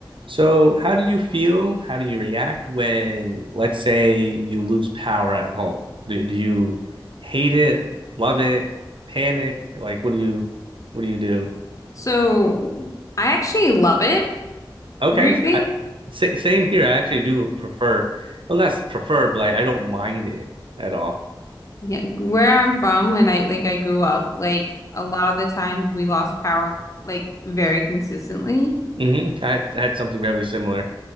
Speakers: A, on the right; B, on the left.
A: So, how do you feel? How do you react when, let's say, you lose power at home? Do, do you hate it, love it, panic? Like, what do you, what do you do?
B: So I actually love it,
A: Okay,
B: weirdly.
A: I sa- same here. I actually do prefer, well, not prefer, but like, I don't mind it at all.
B: Yeah, where I'm from when I like I grew up, like a lot of the times we lost power like very consistently.
A: hmm I, I had something very similar.